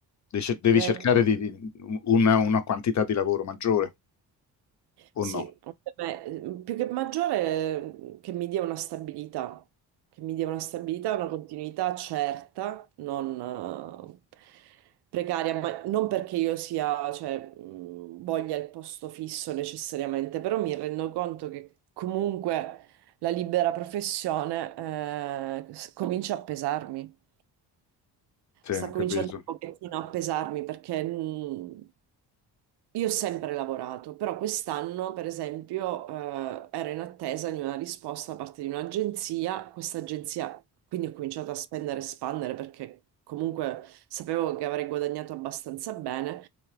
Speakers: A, on the left; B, on the right.
A: devi cer- devi
B: eh,
A: cercare
B: sì.
A: di- di- una, una quantità di lavoro maggiore, o
B: Sì,
A: no?
B: beh, ehm, più che maggiore ehm, che mi dia una stabilità, che mi dia una stabilità, una continuità certa, non eh, precaria, ma non perché io sia, cioè, mh, voglia il posto fisso necessariamente, però mi rendo conto che comunque la libera professione eh, s- comincia a pesarmi.
A: Sì, ho
B: Sta
A: capito.
B: cominciando pochettino a pesarmi perché mm, io ho sempre lavorato, però quest'anno, per esempio, eh, ero in attesa di una risposta da parte di un'agenzia. Questa agenzia, quindi ho cominciato a spendere e spandere perché comunque sapevo che avrei guadagnato abbastanza bene.